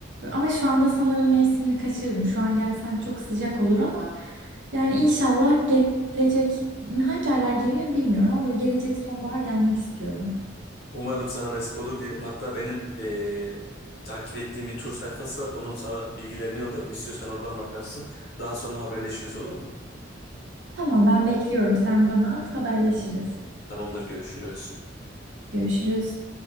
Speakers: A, on the right (about 65°); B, on the left (about 55°).
A: ama şu anda sanırım mevsimini kaçırdım. Şu an gelsem çok sıcak olur ama yani inşallah gelecek hangi aylar gelir bilmiyorum ama böyle gelecek sonbahar gelmek istiyorum.
B: Umarım sana nasip olur diyelim. Hatta benim eee, takip ettiğim bir tur sayfası var. Onun sana bilgilerini yollarım. İstiyorsan oradan bakarsın. Daha sonra haberleşiriz olur mu?
A: Tamam ben bekliyorum sen bana at haberleşiriz.
B: Tamamdır, görüşürüz.
A: Görüşürüz.